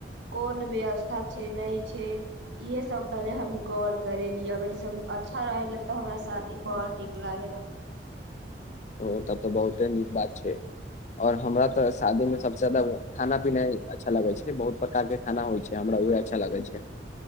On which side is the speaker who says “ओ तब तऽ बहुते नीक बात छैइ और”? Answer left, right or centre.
Left